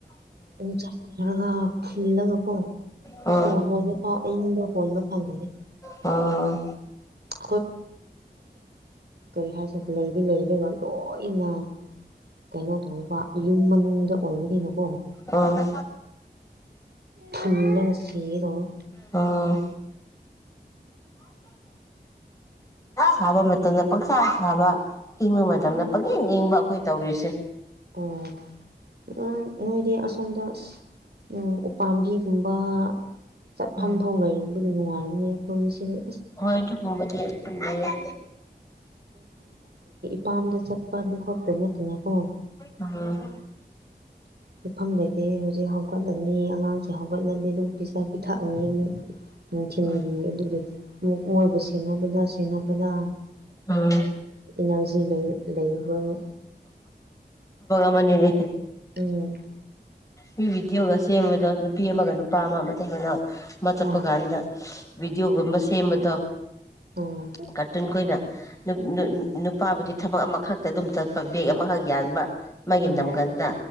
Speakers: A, on the right; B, on the left.
A: ꯎꯝ ꯆꯥꯛꯅꯔꯒꯥ ꯐꯨꯜꯂꯒꯀꯣ
B: ꯑꯣ
A: ꯁꯣꯔ ꯍꯣꯟꯕ ꯐꯥꯎ ꯑꯏꯪꯕ ꯍꯣꯟꯕ ꯐꯪꯗꯦ
B: ꯑꯣ
A: <unintelligible> ꯀꯔꯤ ꯍꯥꯏꯁꯤꯔ ꯂꯩꯗꯤ ꯂꯩꯔꯒ ꯂꯣꯏꯅ ꯀꯩꯅꯣ ꯇꯧꯕ ꯌꯨꯝ ꯃꯅꯨꯡꯗ ꯑꯣꯏꯕꯅꯤꯅꯀꯣ
B: ꯑꯥ
A: ꯐꯨꯜꯂꯒꯥ ꯁꯤꯒꯦ ꯇꯧꯋꯦ
B: ꯎꯝ ꯁꯥꯕ ꯃꯇꯝꯗ ꯄꯪꯁꯥ ꯁꯥꯕ ꯏꯪꯕ
A: ꯎꯝ
B: ꯃꯇꯝꯗ ꯄꯪꯏꯡ ꯏꯪꯕ ꯑꯩꯈꯣꯏ ꯇꯧꯔꯤꯁꯦ
A: ꯎꯝ ꯎꯝ ꯅꯣꯏꯗꯤ ꯑꯁꯣꯝꯗ ꯑꯁ ꯎꯄꯥꯝꯕꯤꯒꯨꯝꯕ ꯆꯠ
B: ꯎꯝ
A: ꯐꯥꯝ ꯐꯧ ꯂꯩꯕꯒꯤ ꯅꯨꯡꯉꯥꯔꯃꯤꯅ ꯑꯩꯈꯣꯏ ꯁꯔꯦ
B: ꯍꯣꯏ ꯑꯗꯨꯒꯨꯝꯕꯗꯤ ꯑꯗꯨꯝ ꯂꯩꯌꯦ
A: ꯄꯥꯝꯗ ꯆꯠꯄꯗꯨ ꯈꯛꯇ ꯅꯠꯇꯦꯅꯦꯀꯣ
B: ꯎꯝ
A: ꯄꯤꯐꯝ ꯂꯩꯇꯦ ꯍꯧꯖꯤꯛ ꯍꯧꯒꯠꯂꯅꯤ ꯑꯉꯥꯡꯁꯦ ꯍꯧꯒꯠꯂꯗꯤ ꯑꯗꯨꯝ ꯄꯤꯖꯥ ꯄꯤꯊꯛꯑꯅꯤ ꯑꯃꯨꯛ ꯅꯨꯡꯊꯤꯟꯒꯤ
B: ꯎꯝ
A: ꯑꯗꯨꯒ ꯃꯨꯛ ꯃꯣꯏꯕꯨ ꯁꯦꯟꯅꯕꯗ ꯁꯦꯟꯅꯕꯗ
B: ꯎꯝ
A: ꯏꯅꯔꯖꯤ ꯂꯩ ꯂꯩꯔꯣꯏꯕ
B: ꯃꯅꯤꯅꯦ
A: ꯎꯝ
B: ꯃꯤ ꯚꯤꯗꯤꯑꯣꯒ ꯁꯦꯝꯕꯗꯣ ꯅꯨꯄꯤ ꯑꯃꯒ ꯅꯨꯄꯥ ꯑꯃꯒ ꯑꯃꯇꯩ ꯃꯅꯥꯎ ꯑꯃ ꯆꯠꯄꯀꯥꯟꯗ
A: ꯑꯥ
B: ꯕꯤꯗꯤꯑꯣꯒꯨꯝꯕ ꯁꯦꯝꯕꯗꯣ
A: ꯎꯝ
B: ꯀꯥꯔꯇꯨꯟꯈꯣꯏꯅ ꯅꯨ ꯅꯨ ꯅꯨꯄꯥꯕꯨꯗꯤ ꯊꯕꯛ ꯑꯃꯈꯛꯇ ꯑꯗꯨꯝ ꯆꯠꯄ ꯕꯦꯛ ꯑꯃꯈꯛ ꯌꯥꯟꯕ ꯃꯥꯒꯤ
A: ꯎꯝ
B: ꯅꯝꯒꯟꯗ